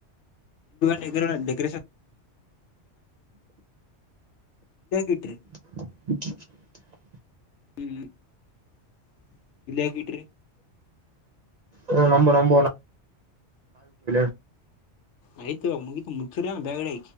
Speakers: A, on the left; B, on the right.
A: ಡೆಕೋರೇಷನ್. ಇಟ್ರಿ
B: <unintelligible>
A: ಹ್ಮ್ <inaudible> ಇಲ್ ಯಾಕ್ ಇಟ್ರಿ.
B: ನಾ ನಮ್ <unintelligible>
A: ಆಯತು ಮಗತ್ ಮುಗ್ಸಿರ ಬೇಗಡೆ.